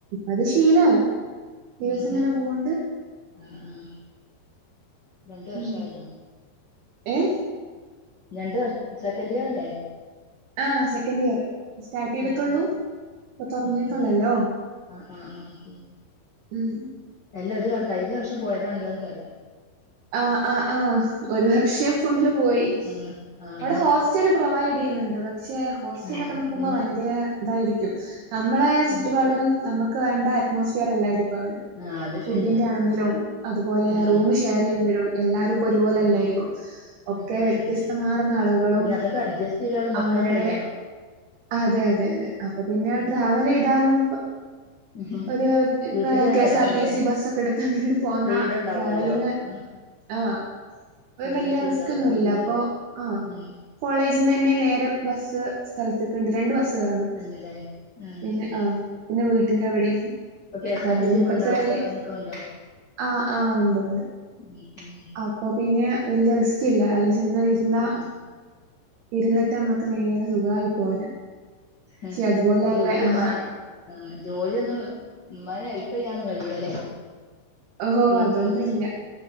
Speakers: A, on the right (about 70°); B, on the left (about 70°).
A: അത് ശീലവായി, ദിവസം
B: ആഹ്
A: ഇങ്ങനെ പോവോണ്ട്.
B: ആഹ് ആഹ് രണ്ട് വർഷായല്ലോ
A: മ് ഏ
B: രണ്ട് വർ സെക്കന്റിയറല്ലേ?
A: ആ സെക്കൻഡ് ഇയർ. സ്റ്റാർട്ട് ചെയ്തിട്ടുള്ളൂ
B: മം
A: ഇപ്പൊ തുടങ്ങിയിട്ടുള്ളല്ലോ
B: മം ആ ആ ആ ആഹ ശെരിയാ.
A: ഉം
B: എല്ലാം ഒരുകണക്കാ കഴിഞ്ഞ വർഷം പോയതാണല്ലോന്ന് പറയാം.
A: ആ ആ ആ ഒരു വർഷം ഫുള്ള് പോയി.
B: ആഹ് ആഹ്
A: അവിടെ
B: അതന്നെ
A: ഹോസ്റ്റല് പ്രോ പ്രൊവൈഡ് ചെയ്യുന്നുണ്ട് പക്ഷെ, ഹോസ്റ്റലൊക്കെ
B: ആഹ്
A: നിക്കുമ്പോ
B: പിന്നെ
A: ഭയങ്കരെ എന്തായിരിക്കും. നമ്മളെ... ചുറ്റുപാടും
B: ഉം
A: നമുക്ക് വേണ്ട അറ്റ്മോസ്ഫിയർ അല്ലായിരിക്കും. ബവിടെ.
B: ആഹ് അത്
A: ഫുഡിന്റെ
B: ശരിയാ
A: ആണെങ്കിലും, അതുപോലെ
B: ഉം
A: റൂമ് ഷെയർ ചെയ്യേണ്ടിവരും എല്ലാരും ഒരുപോലെ അല്ലായിരിക്കും.
B: ആഹ് അയക്കൂല
A: ഒക്കെ വ്യത്യസ്തമാർന്ന
B: ഉം
A: ആളുകളും
B: പിന്നെ അതൊക്കെ അഡ്ജസ്റ്റ് ചെയ്ത് അവിടെ നിക്കാൻ
A: അവരുടെ
B: കഴിയണം
A: അതെ അതെ അതെ അപ്പൊ പിന്നെ
B: ഉം
A: ട്രാവലെയ്താലും
B: ഉം
A: ഒരു
B: വീട്ട്ക്ക്
A: ഏ കെ
B: വരാനില്ലേ
A: എസ് ആർ ടി സി ബസ്സൊക്കെടുത്ത് അങ്ങനട് പോന്ന
B: ഫ്രീഡം ഉണ്ടാവുമല്ലോ
A: ട്രാവലിങ്
B: ആ
A: ആ വെവെല്ല്യ
B: പ്രൈവസി
A: റിസ്ക്കൊന്നുല്ല
B: ഉണ്ടാവും വീട്ടിലാകുമ്പോ
A: പ്പോ ആ
B: ഉം
A: കോളേജിന്ന് <unintelligible> നേരം ബസ്സ്‌ സ്ഥലത്ത്ക്ക്ണ്ട് രണ്ട് ബസ്സ്‌ കേറണം.
B: തന്നെല്ലേ ആഹ്
A: പിന്നെ
B: ശരി
A: ആ പിന്നെ വീട്ടിന്റെ അവിടിം.
B: ഇപ്പൊ K
A: <unintelligible>
B: S R T C ഇപ്പ ഉണ്ടാവുംല്ലേ അവിടന്നൊക്കെ ഉണ്ടോ
A: ആ ആ ഉണ്ട് ഉണ്ട്.
B: <inaudible>
A: അപ്പൊ പിന്നെ വല്ല്യ റിസ്ക് ഇല്ല. അതില് ചെന്നണ് ഇരുന്നാ
B: ആഹ്
A: ഇരുന്നിട്ട് അമ്മക്ക് നേരെ സുഖായി പോരാ പക്ഷെ
B: എ
A: അതുപോലെയല്ല
B: അപ്പൊ വിടുന്ന
A: ആഹാ
B: പണി ആ ജോലി ഒന്നും ഇമ്മാനെ ഹെല്പ് ചെയ്യാനൊന്നും കയ്യൂലലെ?
A: ഓഹ്
B: കേൾക്കൂല
A: അതൊന്നുല്ല.
B: മ്മോ